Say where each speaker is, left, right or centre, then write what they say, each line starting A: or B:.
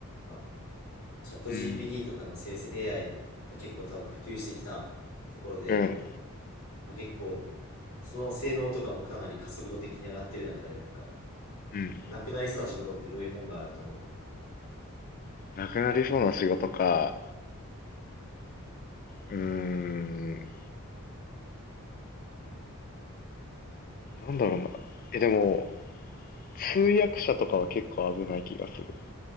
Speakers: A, on the left; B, on the left.
A: あチャット
B: うん、
A: GPT とかの生成 AI が結構多分普及してきたところで、
B: うん。
A: まあ、結構その性能とかもかなり加速度的に上がってる中で、なんか、
B: うん。
A: なくなりそうな仕事ってどういうもんがあると思う
B: なくなりそうな仕事か。うーん。なんだろうな。え、でも、通訳者とかは結構危ない気がする。